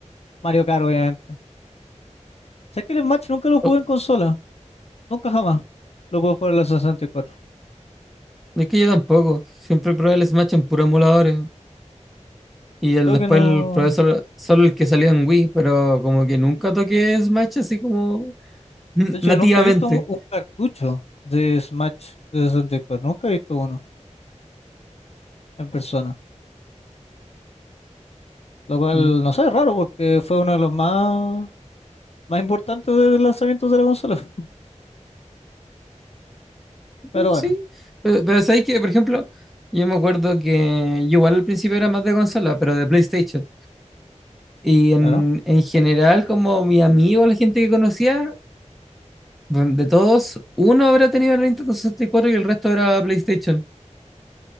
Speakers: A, on the left; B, in the centre.
A: Mario Kart obviamente. Sé que el Smash nunca lo jugué
B: Oh,
A: en consola, nunca jamás lo pude jugar en la 64.
B: Es que yo tampoco. Siempre probé el Smash en puros emuladores. Y el,
A: Creo
B: después
A: que no,
B: el, probé solo, solo el que salió en Wii, pero como que nunca toqué Smash así como <laughs>
A: de hecho
B: nativamente.
A: nunca he visto un, un cartucho de Smash de 64, nunca he visto uno en persona, lo cual
B: Mm,
A: no sé, es raro porque fue uno de los más más importante del lanzamiento de la consola. <laughs>
B: mm,
A: Pero bueno,
B: Sí, pero, pero sabéis que, por ejemplo, yo me acuerdo que yo igual al principio era más de consola, pero de PlayStation. Y en,
A: claro.
B: en general, como mi amigo, la gente que conocía, bueno, de todos, uno habrá tenido el Nintendo sesenta y cuatro y el resto era PlayStation.